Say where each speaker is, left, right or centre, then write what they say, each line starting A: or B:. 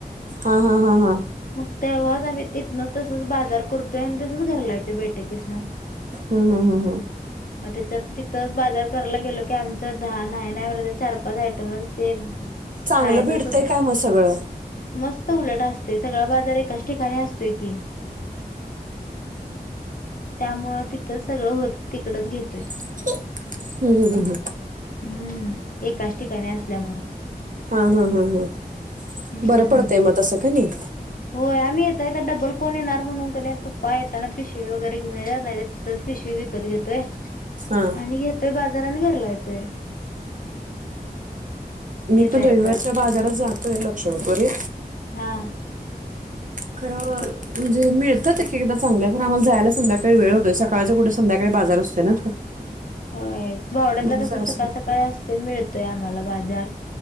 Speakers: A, on the right; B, on the left.
A: हा हा हा हा
B: मग तेव्हाच आम्ही तिथनं तसच बाजार करतोय आणि तसच घरला येतोय बैठकीसन
A: हा हा हा हा
B: मग त्याच्यात तिथंच बाजार करायला गेलो की आमचं दहाान आहे ना म्ह चार पाच आयटमच ते
A: चांगलं
B: खायचच
A: भेटतंय
B: उद्या
A: काय मग सगळं
B: मस्त उलट असत ते सगळा बाजार एक कच ठिकाणी असतोय की त्यामुळ तिथं सगळं होत तिकडच घेतोय
A: <inaudible> हं, हं.
B: हम्म एककाष्ट ठिकाणी असल्यामुळे
A: हा हा हा हा
B: हम्म.
A: बरं पडतंय मग तसं का नाही
B: होय आम्ही येत य तर डबल कोण येणार म्हणून क पप्पा येताना पिशवे वगैरेऊन येेतणार नाही तिथं पिशवी विकत घेतोय
A: हा
B: आणि घेतोय बाजाराने घरला येतोय
A: मी
B: येता
A: पण रविवारच्या
B: येताच.
A: बाजारात जातोय लक्ष्मीपुरी
B: हा
A: खरा म्हणजे मिळतात एक एकदा ांगलंय कार आ्हाला जायला संध्याकाळी वळतोय सकाळं कुठ संध्याळी बाजार असतो ना
B: हो भावड्यातला
A: मग जरासं
B: कस सकाळ सकाळ असते मिळतोय आम्हाला बाजार